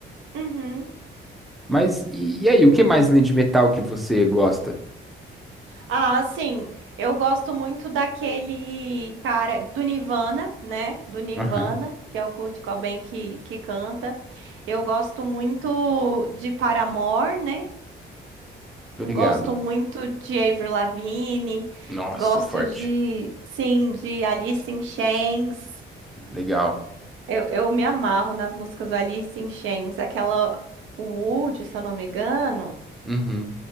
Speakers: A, on the right; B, in the centre.
A: Uhum.
B: Mas e, e aí, o que mais além de metal que você gosta?
A: Ah, sim. Eu gosto muito daquele cara do Nirvana, né? Do Nirvana,
B: Aham,
A: que é o Kurt Cobain que, que canta. Eu gosto muito de Paramore, né?
B: tô ligado.
A: Gosto muito de Avril Lavigne.
B: Nossa,
A: Gosto
B: forte.
A: de, sim, de Alice in Chains.
B: Legal.
A: Eu, eu me amarro nas músicas do Alice in Chains. Aquela Wood, se eu não me engano,
B: Uhum.